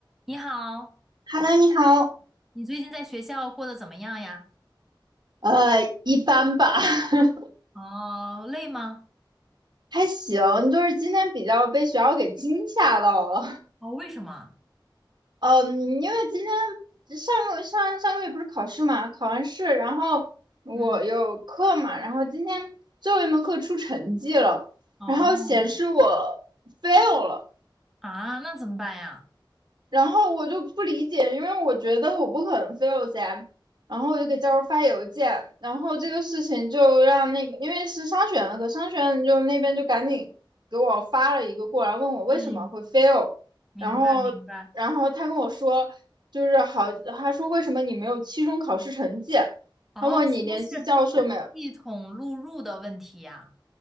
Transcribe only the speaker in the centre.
你好，
你最近在学校过得怎么样呀？
哦，累吗？
哦，为什么？
嗯，
哦，
啊，那怎么办呀？
嗯，
明白明白，
哦，
是不是系统录入的问题呀？